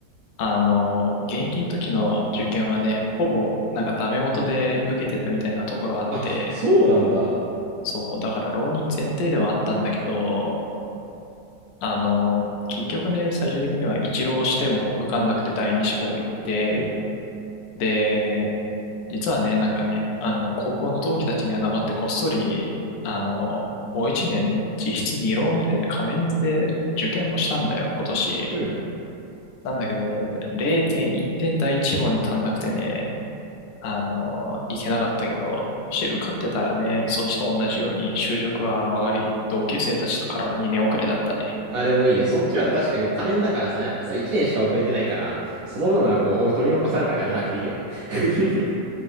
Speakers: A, on the left; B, on the right.
A: あの、現役の時の受験はね、ほぼ、なんかダメ元で受けてたみたいなところあって、
B: あ、そうなんだ。
A: そう、だから浪人前提ではあったんだけど、あの、結局ね、最終的には一浪しても受かんなくて第二志望行って、
B: うん、
A: で、実はね、なんかね、あの、高校の同期たちには黙ってこっそり、あの、もう一年ね、実質二浪目でね、仮面で受験もしたんだよ、今年。
B: うん。
A: なんだけどね、0.1点第一志望に足んなくてね、あの、行けなかったけど、そして受かってたらね、そっちと同じように就職は周り、同級生たちからは二年遅れだったね。
B: あ、でもいいね。そっちは確かに仮面だからさ、やっぱさ、1年しか遅れてないから、その分はこう、取り残された感がなくていいよね。<laughs>